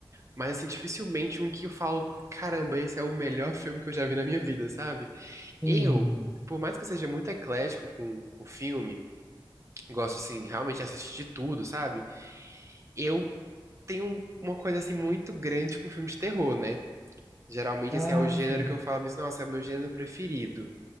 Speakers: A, on the right; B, in the centre.
A: Mas, assim, dificilmente um que eu falo, caramba, esse é o melhor filme que eu já vi na minha vida, sabe?
B: Sim.
A: Eu, por mais que eu seja muito eclético com, com filme, gosto de, assim, realmente assistir de tudo, sabe? Eu tenho um, uma coisa, assim, muito grande com filme de terror, né? Geralmente,
B: Ah,
A: assim, é o gênero
B: sim.
A: que eu falo, mas, nossa, é o meu gênero preferido.